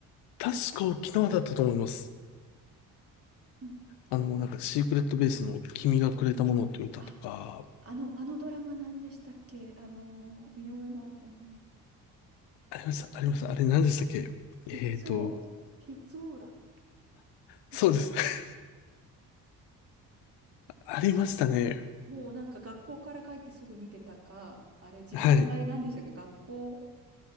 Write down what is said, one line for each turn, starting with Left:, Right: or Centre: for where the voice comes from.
Left: 確か沖縄だったと思います。
Right: うん。
Left: あの、なんかシークレットベースの君がくれたものっていう歌とか、
Right: あ、あの、あのドラマ何でしたっけあの、井上真央ちゃんの。
Left: ありました、ありました。あれ何でしたっけえっと、
Right: キッズ王。キッズ王だ。キッズ
Left: そうです。<laughs> ありましたね。
Right: もうなんか学校から帰ってすぐ見てたか、あれ時間帯何でしたっけ学校
Left: はい。